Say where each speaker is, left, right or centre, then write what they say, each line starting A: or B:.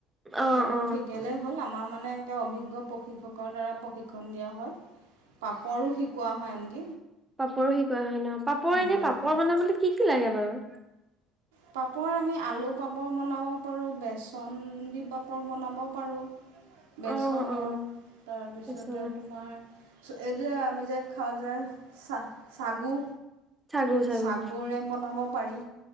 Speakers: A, on the right; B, on the right.
A: অ
B: সেইটো
A: অ
B: শিকিলেই হ'ল আমাৰ মানে অভিজ্ঞ প্ৰশিক্ষকৰ দ্বাৰা প্ৰশিক্ষণ দিয়া হয়। পাপৰো শিকোৱা হয় আনকি।
A: পাপৰ শিকোৱা হয় ন? পাপৰ এনে
B: মাজতে
A: পাপৰ বনাবলৈ কি কি লাগে বাৰু,?
B: পাপৰ আমি আলু পাপৰ বনাব পাৰোঁ বেচন দি পাপৰ বনাব পাৰোঁ। বেচনৰ,
A: অ অ
B: তাৰপিছতে
A: আচ্ছা
B: তোমাৰ এইটো আমি যে খাওঁ যে চ চাগু?
A: চাগু চাগু
B: চাগুৰে বনাব পাৰি।